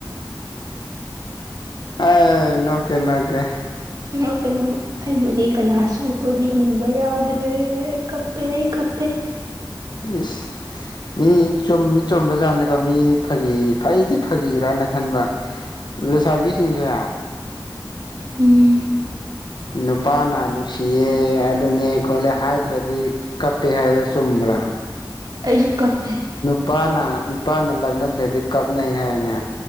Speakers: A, on the left (about 65°); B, on the right (about 50°).
A: ꯑ ꯅꯣꯀꯦ ꯅꯣꯀꯦ
B: ꯑꯣ ꯀꯩꯅꯣ ꯑꯩꯕꯨꯗꯤ ꯀꯅꯥꯁꯨ ꯀꯣꯏꯕꯤꯅꯤꯡꯕ ꯌꯥꯎꯗ꯭ꯔꯦ ꯀꯞꯄꯦ ꯑꯩ ꯀꯄ ꯄꯦ
A: ꯏꯁꯁ ꯃꯤ ꯆꯨꯝ ꯆꯨꯝꯕꯖꯥꯠꯅꯤꯀꯣ ꯃꯤ ꯐꯥꯒꯤ ꯐꯩꯗꯤ ꯐꯒꯤꯔꯅ ꯈꯟꯕ ꯂꯩꯁꯥꯕꯤꯁꯤꯡꯁꯦ
B: ꯎꯝ
A: ꯅꯨꯄꯥꯅ ꯅꯨꯡꯁꯤꯌꯦ ꯑꯗꯨꯅꯦ ꯈꯣꯠꯂꯦ ꯍꯥꯏꯗ꯭ꯔꯗꯤ ꯀꯞꯄꯦ ꯍꯥꯏꯗꯣ ꯆꯨꯝꯕ꯭ꯔꯥ
B: ꯑꯩꯁꯨ ꯀꯄꯦ
A: ꯅꯨꯄꯥꯅ ꯅꯨꯄꯥꯅ ꯂꯛꯅꯗ꯭ꯔꯗꯤ ꯀꯥꯞꯅꯩ ꯍꯥꯏꯅꯦ